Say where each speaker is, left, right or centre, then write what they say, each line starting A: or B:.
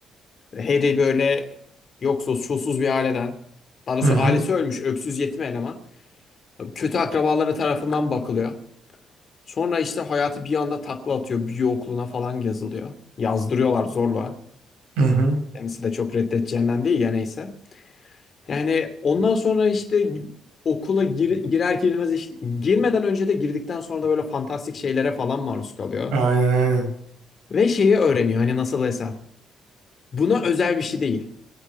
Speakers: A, on the left; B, on the right.
A: Harry böyle yoksuz, çulsuz bir aileden. Daha doğrusu
B: Hı hı.
A: ailesi ölmüş, öksüz yetim eleman. Kötü akrabaları tarafından bakılıyor. Sonra işte hayatı bir anda takla atıyor. Büyü okuluna falan yazılıyor. Yazdırıyorlar zorla.
B: Hı hı.
A: Kendisi de çok reddedeceğinden değil ya neyse. Yani ondan sonra işte okula gir- girer girmez işte, girmeden önce de girdikten sonra da böyle fantastik şeylere falan maruz kalıyor.
B: Aynen aynen.
A: Ve şeyi öğreniyor hani nasıl desem. Buna özel bir şey değil.